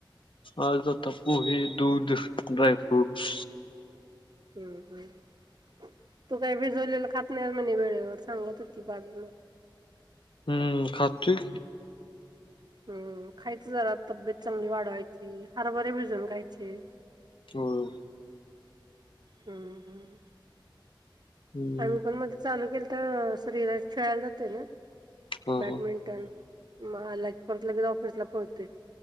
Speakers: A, on the left (about 75°); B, on the right (about 55°).
A: आ जता पोहे दूध ड्रय फ्रूट
B: हम्म हम्म तू काही भिजवलेलं खात नाही म्हणे वेळेवर सांगत होती बाबी मला
A: हम्म खाततो की
B: हम खायच जरा तब्येत चांगली वाढवायची हरभरे भिजून खायचे
A: हम
B: हम्म हम्म
A: हम्म
B: आम्ही पण मध्ये चालू केल तर शरीराात खेळाला जाते ना
A: हा
B: बॅडमिंटन
A: हा
B: म परत लगेच ऑफिसला पळते